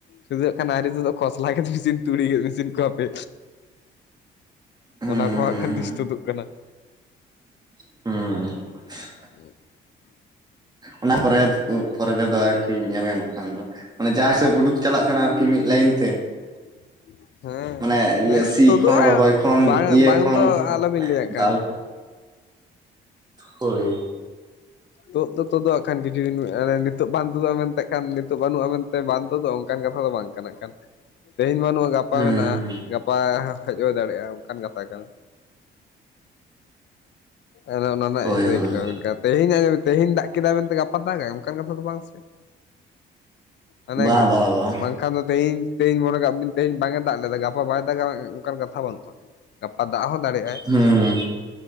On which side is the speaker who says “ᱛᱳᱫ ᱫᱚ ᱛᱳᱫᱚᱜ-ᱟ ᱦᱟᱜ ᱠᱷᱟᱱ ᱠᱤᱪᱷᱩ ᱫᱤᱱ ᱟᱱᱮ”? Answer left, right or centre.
Left